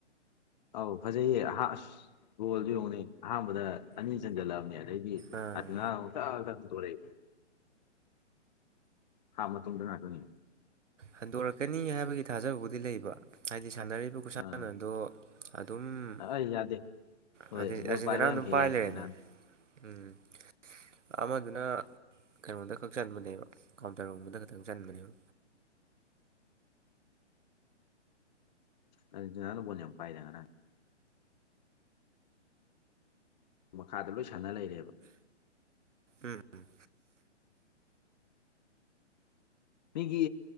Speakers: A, on the left; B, on the right.
A: ꯑꯧ ꯐꯖꯩꯌꯦ ꯑ ꯑꯁ ꯒꯣꯜꯗꯨ ꯌꯦꯡꯅꯦ ꯑꯍꯥꯟꯕꯗ ꯑꯅꯤ ꯆꯟꯖꯜꯂꯛꯑꯕꯅꯦ ꯑꯗꯤ
B: ꯑꯥ
A: ꯑꯗꯨ ꯑꯗꯨ ꯇꯧꯔꯦ ꯍꯥꯞ ꯃꯇꯨꯡꯗ ꯉꯥꯛꯇꯪ
B: ꯍꯟꯗꯣꯔꯛꯀꯅꯤ ꯍꯥꯏꯕꯒꯤ ꯊꯥꯖꯕꯕꯨꯗꯤ ꯂꯩꯕ ꯍꯥꯏꯗꯤ ꯁꯥꯟꯅꯔꯤꯕ ꯈꯨꯁꯥꯟꯅ
A: ꯑꯥ
B: ꯑꯗꯣ ꯑꯗꯨꯝ
A: ꯑꯩ ꯌꯥꯗꯦ ꯍꯣꯏ
B: ꯑꯔꯖꯦꯟꯇꯤꯅꯥꯅ
A: ꯕꯣꯜ ꯄꯥꯏꯕ ꯌꯥꯝ
B: ꯑꯗꯨꯝ
A: ꯍꯦꯜꯂꯦ
B: ꯄꯥꯏ
A: ꯑꯥꯔꯖꯦꯟꯇꯤꯅꯥꯅ
B: ꯂꯩꯔꯦꯅ ꯎꯝ ꯑꯃꯗꯨꯅ ꯀꯩꯅꯣꯗ ꯈꯛ ꯆꯟꯕꯅꯦꯕ ꯀꯥꯎꯟꯇꯔꯒꯨꯝꯕꯗ ꯈꯛꯇꯪ ꯆꯟꯕꯅꯦꯕ
A: ꯑꯥꯔꯖꯦꯟꯇꯤꯅꯥꯅ ꯕꯣꯜ ꯌꯥꯝ ꯄꯥꯏꯗ ꯉꯔꯥꯡ ꯃꯈꯥꯗ ꯂꯣꯏ ꯁꯥꯟꯅ ꯂꯩꯔꯦꯕ
B: ꯎꯝ
A: ꯃꯤꯒꯤ